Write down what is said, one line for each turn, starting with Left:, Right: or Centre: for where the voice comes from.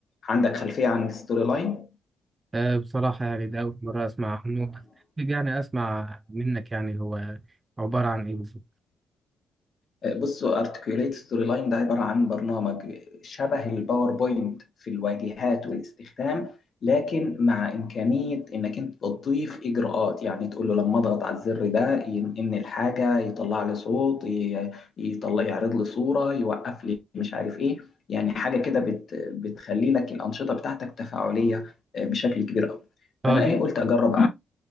Left: عندك خلفيه عن ستوري لاين
Right: آه، بصراحة يعني ده أول مرة أسمع عنه بس يعني أسمع منك يعني هو عبارة عن إيه بالظبط؟
Left: آه، بصوا ارتكيوليت ستوري لاين ده عباره عن برنامج شبه الباوربوينت في الواجهات والاستخدام لكن مع امكانيه انك انت تضيف اجراءات يعني تقول له لما اضغط على الزر ده ينقل الحاجه يطلع لي صوت ي- يطلع يعرض لي صوره يوقف لي مش عارف ايه يعني حاجه كده بت بتخلي لك الانشطه بتاعتك تفاعليه آه، بشكل كبير قوي
Right: آه،
Left: فانا
Right: جميل.
Left: ايه قلت اجرب